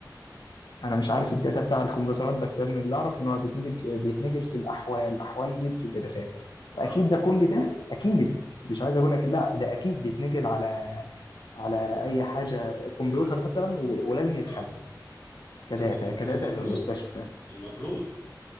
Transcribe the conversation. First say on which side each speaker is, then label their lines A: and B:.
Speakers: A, on the left (about 80°); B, on the left (about 15°).
A: انا مش عارف الداتا بتاع الكمبيوترات بس انا اللي اعرف ان هو بيتنتج بيتنتج في الاحوال الاحوال دي بتبقى دفاتر واكيد
B: اه
A: ده كل ده اكيد مش عايز اقول لك لا ده اكيد بيتنقل على على اي حاجه كمبيوتر
B: اه
A: مثلا و- ولازم يتخزن
B: آه،
A: كداتا
B: المف-
A: كداتا
B: المفروض
A: للمستشفى
B: المفروض